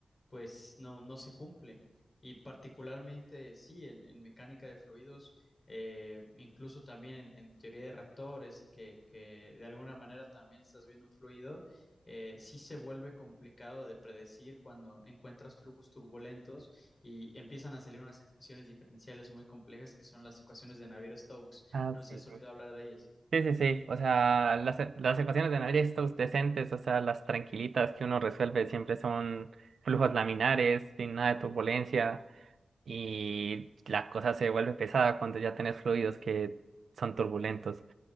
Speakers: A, on the left (about 30°); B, on the right (about 80°).
A: pues no, no se cumple. Y particularmente, sí, en, en mecánica de fluidos eh, incluso también en, en teoría de reactores, y que, que de alguna manera también estás viendo un fluido, eh, sí se vuelve complicado de predecir cuando encuentras flujos turbulentos y empiezan a salir unas ecuaciones diferenciales muy complejas que son las ecuaciones de Navier-Stokes.
B: Ah,
A: No sé si
B: sí,
A: has
B: sí.
A: oído hablar de ellas.
B: Sí, sí, sí. O sea, las, e- las ecuaciones de Navier-Stokes decentes, o sea, las tranquilitas que uno resuelve siempre son flujos laminares, sin nada de turbulencia, y la cosa se vuelve pesada cuando ya tenés fluidos que son turbulentos.